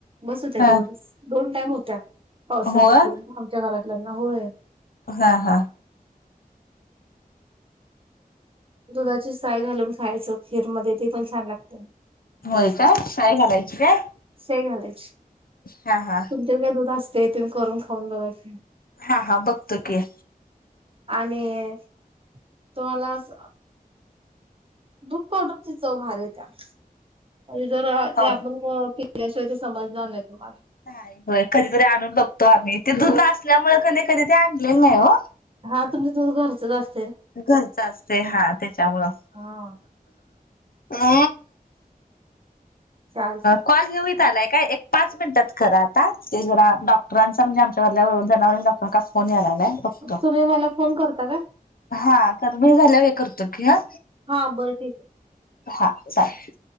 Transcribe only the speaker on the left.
हा
होय
हां हां
होय काय शाही घालायची काय?
हां हां.
हा. हा. बघतो की.
हो
नाही होय कधीतरी आणून बघतो आम्ही ते दूध असल्यामुळे कधी ते आणले नाही ओ.
घरच असतयं हा त्याच्यामुळं. <inaudible>
ह.
कॉल हेऊत आलाय काय? एक पाच मिनिटात करां आता ते जरा डॉक्टरांचा म्हणजे आमच्या <unintelligible> जनावरांचा डॉक् <unintelligible> कास फोन या लागलाय. बघतो
हा स मी झाल्या व करतो की ह.
हा चालेल.